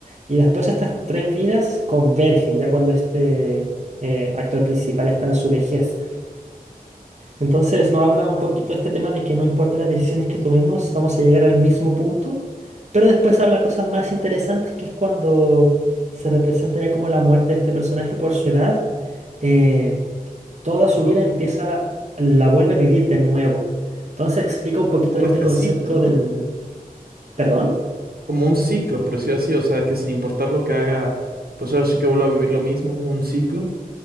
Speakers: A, on the right; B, on the right.
A: Y después estas tres vidas convergen ya cuando este eh, actor principal está en su vejez. Entonces nos habla un poquito de este tema de que no importa las decisiones que tomemos, vamos a llegar al mismo punto. Pero después habla cosas más interesantes, que es cuando se representa ya como la muerte de este personaje por su edad. eh, toda su
B: ah,
A: vida empieza, la vuelve a vivir de nuevo. Entonces explica un poquito
B: Como
A: de este
B: este
A: concepto
B: ciclo, ¿no?
A: del perdón.
B: Como un ciclo, por decirlo así, o sea, que sin importar lo que haga, pues ahora sí que vuelvo a vivir lo mismo, un ciclo.